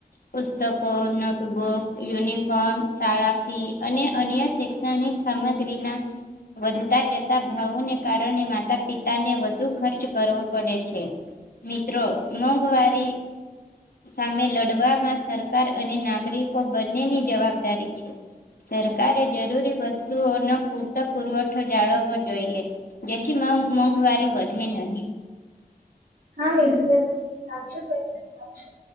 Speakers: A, on the left; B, on the right.
A: પુસ્તકો, નોટબુક, યુનિ ફોમ, શાળા ફી અને અન્ય શૈક્ષણિક સામગ્રી ના વધતા જતા ભાવોને કારણે માતા પિતાને વધુ ખર્ચ કરવો પડે છે. મિત્રો, મોંઘવારી. સામે લડવામાં, સરકાર અને નાગરિકો બંનેની જવાબદારી છે. સરકારે જરૂરી વસ્તુઓનો પૂરતો પુરવઠો. જાળવવો જોઈએ, જેથી મોંઘ મોંઘવારી વધે નહીં.
B: હા, મિત્ર, તમે સાચું કહી રહ્યા છો,